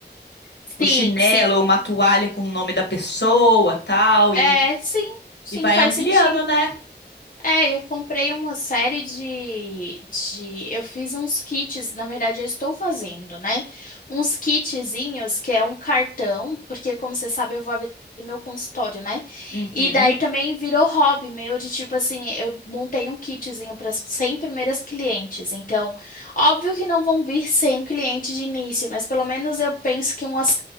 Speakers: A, on the left; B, on the left.
A: Sim,
B: o chinelo
A: sim.
B: ou uma toalha com o nome da pessoa, tal,
A: É,
B: e,
A: sim, sim,
B: e vai
A: faz
B: ampliando,
A: sentido.
B: né?
A: É, eu comprei uma série de, de. Eu fiz uns kits, na verdade, eu estou fazendo, né? Uns kitzinhos que é um cartão, porque, como você sabe, eu vou abrir meu consultório, né?
B: Uhum,
A: E daí também virou hobby meu de tipo assim, eu montei um kitzinho para as 100 primeiras clientes. Então, óbvio que não vão vir 100 clientes de início, mas pelo menos eu penso que umas